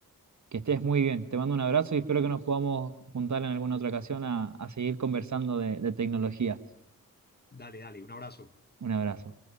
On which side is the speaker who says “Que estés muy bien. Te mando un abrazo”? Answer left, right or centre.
Right